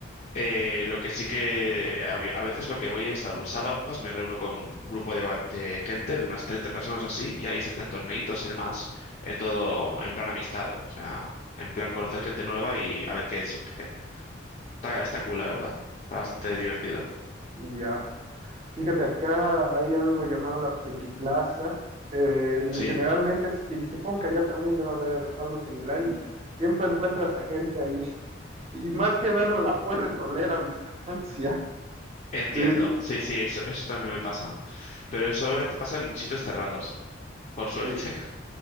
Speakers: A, on the left; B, on the right.
A: Eh, lo que sí que a, vi- a veces lo que voy es a los sábados, me reúno con un grupo de, va- de gente, de unas 30 personas así, y ahí se hacen torneitos y demás, en todo, en plan amistad, o sea, en plan conocer gente nueva y a ver qué surge. Está, está cool, la verdad. Está bastante divertido.
B: Ya. Fíjate, acá hay algo llamado la Friki Plaza. eh,
A: Sí,
B: y generalmente, es- y supongo que allá también debe haber algo similar y siempre encuentras a gente ahí. <laughs> Y más que verlo, la puedes oler a distancia. <laughs>
A: entiendo.
B: Sí,
A: Sí, sí, eso, eso también me pasa. Pero eso solamente pasa en sitios cerrados, por suerte.
B: sí,
A: <laughs>